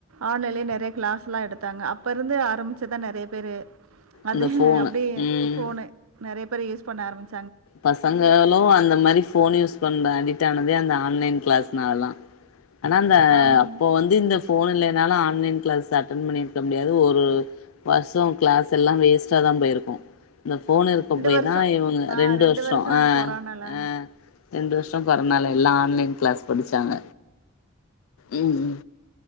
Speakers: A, on the right; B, on the left.
A: ஆன்லைன்லேயே நெறைய கிளாஸ்லா எடுத்தாங்க அப்ப இருந்து ஆரம்பிச்சதா நெறைய பேர் அது
B: அந்த ஃபோனு
A: அப்டியே
B: ம்
A: போனு நெறைய பேரு யூஸ் பண்ண ஆரம்பிச்ச
B: பசங்களு அந்த மாரி போன் யூஸ் ரொம்ப அடிட் ஆனதே அந்த ஆன்லைன் கிளாஸ்னால தா ஆனா அந்த
A: ஆமாங்க.
B: அப்போ வந்து இந்த போன் இல்லைனாலு ஆன்லைன் கிளாஸ் அட்டன் பண்ணிருக்க முடியாது ஒரு வருஷம் கிளாஸ் எல்லா வேஸ்ட்டா தா போயிருக்கு இந்த போன் இருக்க போய்
A: வருஷம்.
B: தா இவங்க
A: ஆ
B: ரெண்டு வருஷோ
A: வருஷம்
B: ஆ
A: கொரோனால
B: ஆ ரெண்டு வருஷோ கொரோனால எல்லா ஆன்லைன் கிளாஸ் படிச்சாங்க உம் உம்